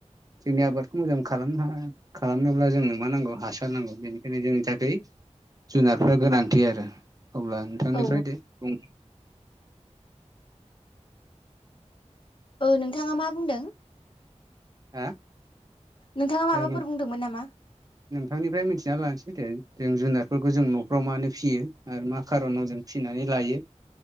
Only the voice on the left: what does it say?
औ
औ नोंथाङा मा बुंदों
नोंथाङा
माबाफोर
बुंदोंमोन नामा